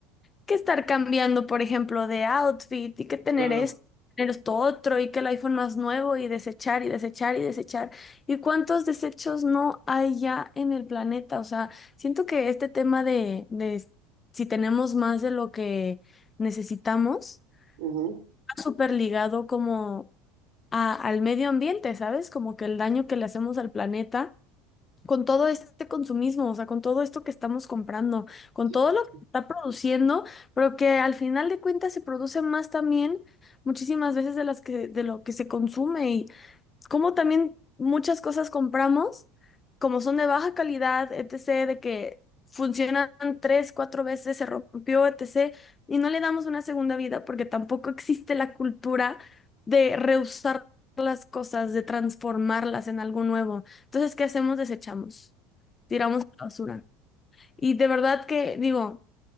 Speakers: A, on the left; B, on the right.
A: que estar cambiando, por ejemplo, de outfit y que tener
B: claro.
A: esto, tener esto otro y que el iPhone más nuevo y desechar y desechar y desechar. ¿Y cuántos desechos no hay ya en el planeta? O sea, siento que este tema de, de si tenemos más de lo que necesitamos,
B: Ujú,
A: está súper ligado como a- al medio ambiente, ¿sabes? Como que el daño que le hacemos al planeta con todo este consumismo, o sea, con todo esto que estamos comprando, con
B: sí,
A: todo lo que
B: sí,
A: se está produciendo, pero que al final de cuentas se produce más también muchísimas veces de las que de lo que se consume y como también muchas cosas compramos, como son de baja calidad, etc., de que funcionan tres, cuatro veces, se rompió, etc., y no le damos una segunda vida porque tampoco existe la cultura de reusar las cosas, de transformarlas en algo nuevo. Entonces, ¿qué hacemos? Desechamos, tiramos a la basura. Y de verdad que digo,